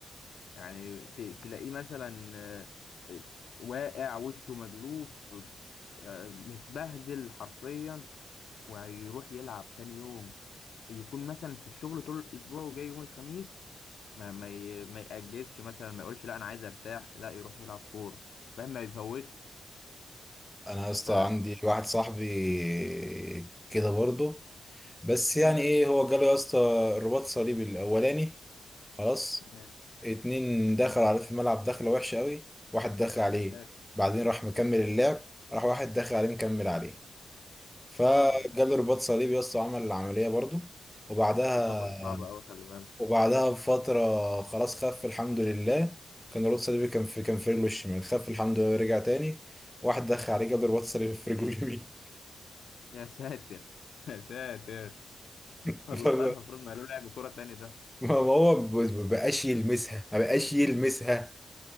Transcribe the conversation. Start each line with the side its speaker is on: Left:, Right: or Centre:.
Left: يعني ت- تلاقيه مثلا آه، آه، واقع وشه مجلوف آه، متبهدل حرفيا ويروح يلعب تاني يوم يكون مثلا في الشغل طول الاسبوع وجاي يوم الخميس ما ما ي- ما يأجزش مثلا ما يقولش لا انا عايز ارتاح لا يروح يلعب كوره فاهم ما بيفوتش
Centre: انا يا اسطى
Left: ف
Centre: عندي واحد صاحبي كده برضه بس
Left: امم
Centre: يعني ايه هو جاله يا اسطى الرباط صليبي الاولاني خلاص
Left: يا
Centre: اتنين دخل عليه في الملعب دخله وحشه قوي واحد دخل عليه
Left: يا ساتر
Centre: بعدين راح مكمل اللعب راح واحد دخل عليه مكمل عليه فجاله
Left: اه
Centre: رباط صليبي يا اسطى وعمل العملية برضو وبعدها
Left: الاصابه دي صعبه قوي خلي بالك
Centre: وبعدها بفترة خلاص خف الحمد لله كان رباط صليبي كان في كان في رجله الشمال خف الحمد لله رجع تاني واحد دخل عليه جاب له رباط صليبي في رجله اليمين
Left: يا ساتر <laughs> يا ساتر
Centre: <laughs>
Left: والله
Centre: فما-
Left: المفروض ما له لعب كوره تاني ده
Centre: ما هو ب- ما بقاش يلمسها ما بقاش يلمسها